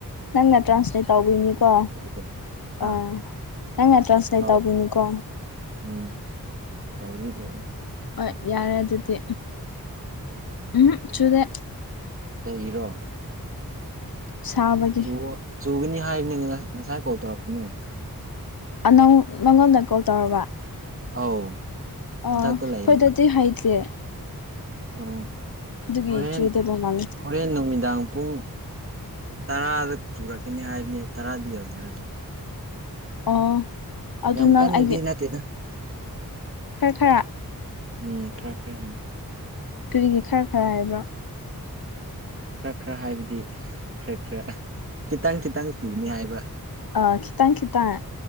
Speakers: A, on the left (about 70°); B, on the right (about 35°).
A: ꯅꯪꯅ ꯇ꯭ꯔꯥꯟꯁꯂꯦꯠ ꯇꯧꯕꯤꯅꯤꯀꯣ
B: ꯀꯩꯅꯣ ꯍꯥ
A: ꯑꯥ ꯅꯪꯅ ꯇ꯭ꯔꯥꯟꯁꯂꯦꯠ
B: ꯑꯧ
A: ꯇꯧꯕꯤꯅꯤ꯫ ꯀꯣ
B: ꯎꯝ ꯇꯧꯕꯤꯗꯨꯢꯅꯦ꯫
A: ꯍꯣꯢ ꯌꯥꯔꯔꯗꯨꯗꯤ ꯎꯝ ꯆꯨꯗꯦ
B: ꯀꯔꯤꯔꯣ
A: ꯁꯥꯕꯒꯤ꯫
B: ꯆꯨꯑꯣ ꯆꯨꯒꯅꯤ ꯍꯥꯏꯕꯅꯤ ꯉꯁꯥꯏ ꯀꯣꯜ ꯇꯧꯔꯛꯄꯅꯦ
A: ꯑꯅꯧ ꯃꯉꯣꯟꯗ ꯀꯣꯜ ꯇꯧꯔꯕ
B: ꯑꯧ
A: ꯑꯥ ꯑꯩꯈꯣꯏꯗꯗꯤ
B: ꯃꯊꯛꯇ ꯂꯩꯕ
A: ꯍꯩꯇꯦ
B: ꯑꯣ꯫
A: ꯑꯗꯨꯒꯤ
B: ꯍꯣꯔꯦꯟ꯫
A: ꯆꯨꯗꯕ ꯃꯥꯜꯂꯦ
B: ꯍꯣꯔꯦꯟ ꯅꯨꯃꯤꯗꯥꯡ ꯄꯨꯡ ꯇꯔꯥꯗ ꯆꯨꯔꯛꯀꯅꯤ ꯍꯥꯏꯕꯅꯦ ꯇꯔꯥꯗꯤ ꯌꯧꯗ꯭ꯔꯤ ꯍꯧꯖꯤꯛ
A: ꯑꯣ ꯑꯗꯨ
B: ꯌꯥꯝ
A: ꯅꯪ
B: ꯀꯟꯅꯗꯤ
A: ꯑꯩꯒꯤ
B: ꯅꯠꯇꯦꯗ
A: ꯈꯔ ꯈꯔ
B: ꯎꯝ ꯈꯔ ꯈꯔ ꯎꯝ
A: ꯀꯔꯤꯒꯤ ꯈꯔ ꯈꯔ ꯍꯥꯏꯕ꯫
B: ꯈꯔ ꯈꯔ ꯍꯥꯏꯕꯗꯤ ꯈꯔ ꯈꯔ꯫ ꯈꯤꯇꯪ ꯈꯤꯇꯪ ꯆꯨꯅꯤ ꯍꯥꯏꯕ
A: ꯑꯥ ꯈꯤꯇꯪ ꯈꯤꯇꯪ